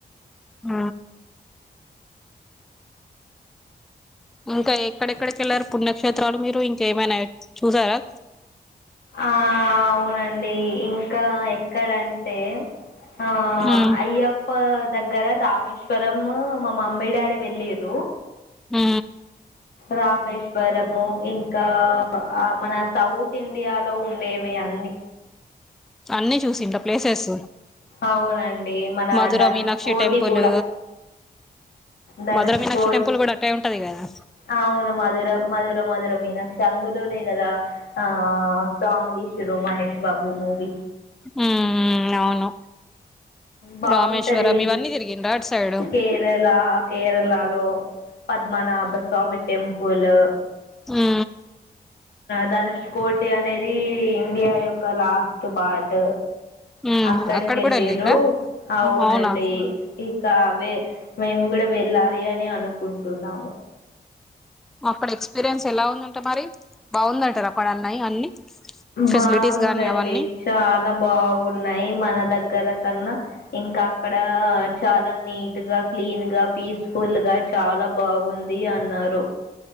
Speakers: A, in the centre; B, on the left.
A: ఆ ఇంకా ఎక్కడెక్కడికి వెళ్లారు పుణ్యక్షేత్రాలు మీరు ఇంకేమైనా చూసారా
B: ఆ అవునండి ఇంకా ఇక్కడంటే ఆ
A: ఉమ్
B: అయ్య అప్ప దగ్గర రామేశ్వరం మా మమ్మీ డాడీ వెళ్ళరు
A: హ
B: రామేశ్వరము ఇంకా ఆ మన సౌత్ ఇండియాలో ఉండేవి అన్నీ
A: అన్నిీ చూసింట ప్లేసెస్
B: అవునడి మన
A: మధుర
B: ధనుష్
A: మీనాక్షి
B: కోటి
A: టెంపుల్
B: కూడా ధనుష్
A: మధుర మీనాక్షి
B: కోటి
A: టెంపుల్ కూడా అట్టే ఉంటది కదా
B: అవును మధుర మధుర మధర మధుర మీనాక్ష అందులోనే కదా ఆ సాంగ్ తీసి్ర మహేష్ బాబు మూవీ
A: హ అవును
B: బాగుంటది
A: రామేశ్వరం ఇవన్నీ తిరిగిండ్రా అటు సైడ్
B: కేరళ కేరళలో పద్మనాభ స్వామి టెంపుల్
A: ఉ
B: ధనుష్ కోటి అనేది ఇండియా యొక్క లాస్ట్ పార్ట్
A: ఉమ్
B: అక్కడికి
A: అక్కడ
B: ఎల్లిరు
A: కూడా వెళ్ళిండ్రా
B: అవునండి
A: అవునా
B: అవే మేము గూడా వెళ్ళాలి అని అనుకుంటున్నాము
A: అక్కడ ఎక్స్పీరియన్స్ ఎలా ఉందంటా మరి బాగుందంటారు అక్కడ అన్నాయి అన్ని ఫెసిలిటీస్
B: బాగుందండి
A: గానీ అవన్నీ
B: చాలా బాగున్నాయి మన దగ్గర ర కన్నా ఇంకా అక్కడ చాలా నీట్ గా క్లీన్ గా పీస్ఫుల్ గా చాలా బాగుంది అన్నారు